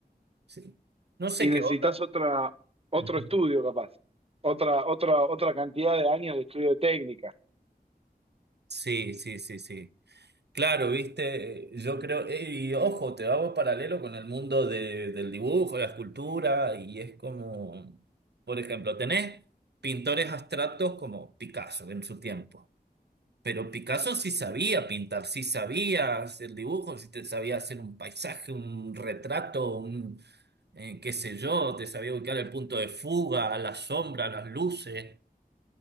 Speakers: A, on the right (about 90°); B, on the right (about 35°).
A: Sí. No sé
B: Y necesitas
A: qué onda.
B: otra, otro
A: Ujú.
B: estudio capaz. Otra, otra, otra cantidad de años de estudio de técnica.
A: Sí, sí, sí, sí. Claro, viste, eh, yo creo, eh, y ojo, te hago paralelo con el mundo de- del dibujo, la escultura, y es como, por ejemplo, tenés pintores abstractos como Picasso en su tiempo. Pero Picasso sí sabía pintar, sí sabía hacer dibujos, sí te sabía hacer un paisaje, un retrato, un eh, qué sé yo, te sabía ubicar el punto de fuga, la sombra, las luces.